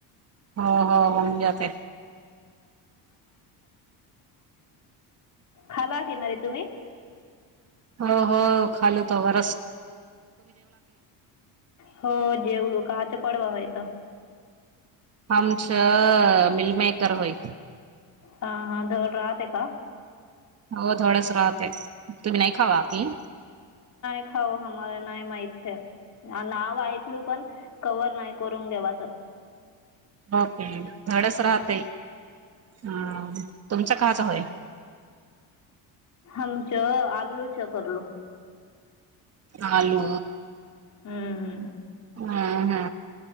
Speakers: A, on the right; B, on the left.
A: हो हो हो घ का
B: खाला की म तुम्ही
A: हो हो खाल तवर
B: हो जेव लोक काच पडवा होयेत
A: हमच मिलमेकर होय
B: हा हा जड राहते आहे का
A: हो थोडच राहते तुम्ही नाही खावा की
B: हो मला नाही माहित नाव ऐकलू पण कवर नाही करून घेवा तर
A: ओके धडच राहतय ह तुमचा काचा होय
B: आमच आलू च करलो
A: आलो
B: हम्म
A: हा हा